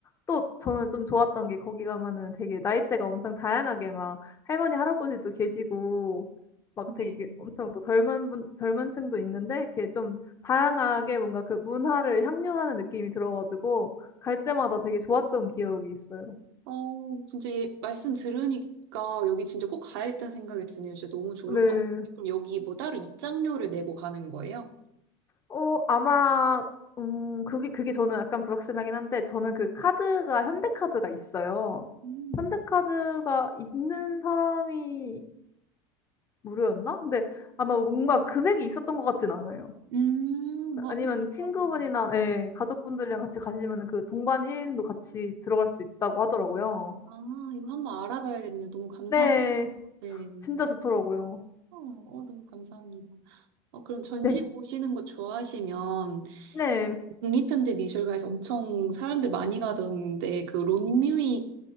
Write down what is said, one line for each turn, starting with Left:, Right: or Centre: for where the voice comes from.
Left: 또 저는 좀 좋았던 게 거기 가면은 되게 나이대가 엄청 다양하게 막 할머니, 할아버지도 계시고, 막
Right: 네.
Left: 되게 이렇게 엄청 뭐 젊은 분, 젊은 층도 있는데, 이렇게 좀 다양하게 뭔가 그 문화를 향유하는 느낌이 들어가지고, 갈 때마다 되게 좋았던 기억이 있어요.
Right: 어, 진짜 얘 말씀 들으니까 여기 진짜 꼭 가야겠다는 생각이 드네요. 진짜 너무 좋을
Left: 네.
Right: 것 같아요. 그럼 여기 뭐 따로 입장료를 내고 가는 거예요?
Left: 어, 아마, 음, 그게, 그게 저는 약간 불확실하긴 한데, 저는 그 카드가, 현대카드가 있어요.
Right: 음,
Left: 현대카드가 있는 사람이 무료였나? 근데 아마 뭔가 금액이 있었던 것 같진 않아요.
Right: 음, 어,
Left: 아니면
Right: 한번 이거,
Left: 친구분이나, 예, 가족분들이랑 같이 가시면 그 동반 1인도 같이 들어갈 수 있다고 하더라고요.
Right: 아, 이거 한번 알아봐야겠네요. 너무 감사합니다.
Left: 네,
Right: 네.
Left: 진짜 좋더라고요.
Right: 어, 어, 너무 감사합니다. 어, 그럼 전시
Left: 네,
Right: 보시는 거 좋아하시면
Left: 네.
Right: 국립현대 미술관에서 엄청 사람들 많이 가던데 그 론뮤이